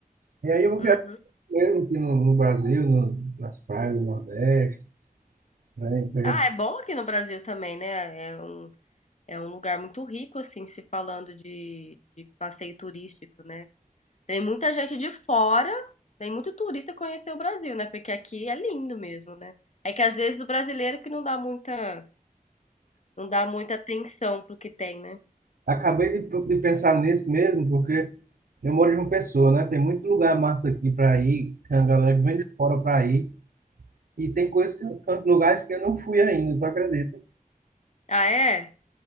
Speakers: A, on the right; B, on the left.
A: E aí eu vou
B: Uhum.
A: viajar mesmo aqui no, no Brasil, no, nas praias do Nordeste, né? Então a
B: Ah, é bom aqui no Brasil também, né? É um, é um lugar muito rico, assim, se falando de, de passeio turístico, né? Tem muita gente de fora, tem muito turista conhecer o Brasil, né? Porque aqui é lindo mesmo, né? É que às vezes o brasileiro que não dá muita Não dá muita atenção pro que tem, né.
A: Acabei de, de pensar nisso mesmo, porque eu moro em uma pessoa, né? Tem muito lugar massa aqui para ir, que a galera que vem
B: Hum.
A: de fora para ir, e tem coisas que eu, tantos lugares que eu não fui ainda, tu acredita?
B: Ah, é?